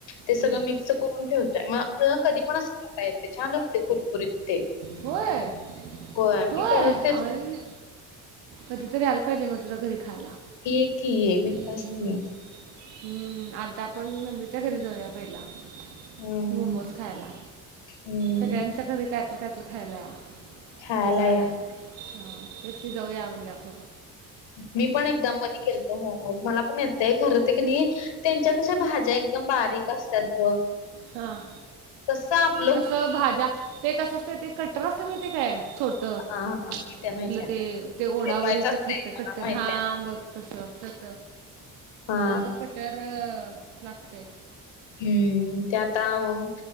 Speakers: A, on the left (about 70°); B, on the right (about 85°).
A: ते सगळं
B: हम्म.
A: मिक्स करून ठेवतो मग आपल्याला कधी पण असं पाता येते छान लागते कुरकुरीत ते
B: होय
A: कोमी
B: होय
A: करतेच
B: आणि कधीतरी आला पाहिजे मग तुझला घरी खायला
A: एक ठी आहे बिनंदस्ती
B: हम्म.
A: आहे
B: हम्म आता आपण नबमीच्या घरी जाऊया पहिला
A: हम्म
B: मोमोज खायला
A: हम्म.
B: सगळ्यां चकरी कायत कायत खायला या
A: खायला
B: जाऊया
A: या.
B: क जाऊया हिजप
A: मी पण एकदाम मध खेलतो मग मग मला पण येतय खरं तर क नाही त्यांच्या कशा भाज्या एकदम बारीक असतात ग
B: हां
A: तर साप
B: तसं भाज्या ते कसं असते ते कटर असते मिळ ते काय छोट आपलं
A: हा माहित्या माहित्या
B: ते ते ओडाओडीच
A: फिरवायचं असतंय
B: खट खट्टर
A: माहित्या
B: हा बघ तस तस
A: हा
B: तस कटर लागते
A: हम्म ते आता मग